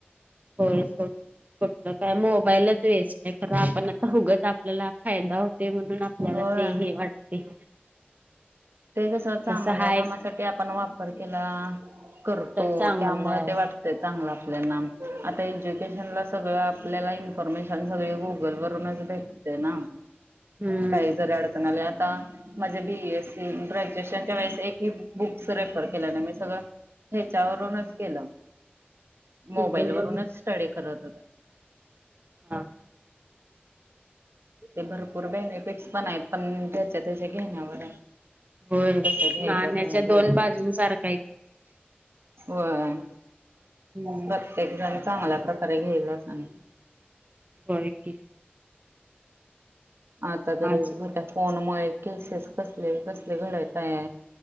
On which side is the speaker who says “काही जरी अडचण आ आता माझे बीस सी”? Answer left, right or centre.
Right